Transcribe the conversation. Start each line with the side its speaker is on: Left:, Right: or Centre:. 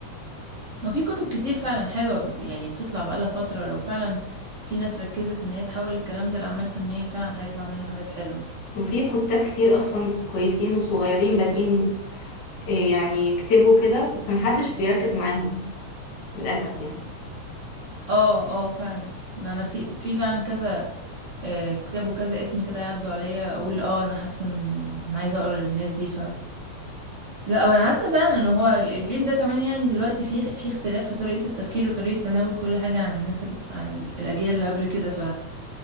Right: <laughs> هو في كتب كتير فعلا حلوة بت- يعني بتطلع بقالها فترة لو فعلا في ناس ركزت ان هي تحول الكلام ده لأعمال فنية فعلا هيطلع منه حاجات حلوة
Left: وفي كتاب كتير اصلا كويسين وصغيرين بادئين إيه، يعني يكتبوا كده بس محدش بيركز معاهم للاسف يعني
Right: اه اه فعلا ما انا في في فعلا كذا آه، كتاب وكذا اسم كده يعدوا عليا اقول اه انا حاسة ان انا عايزة اقرا للناس دي لا هو انا حاسه فعلا ان هو الجيل ده كمان يعني دلوقتي في في اختلاف في طريقه التفكير وطريقه تناول كل حاجه عن الناس ال... عن ال- الاجيال اللي قبل كده ف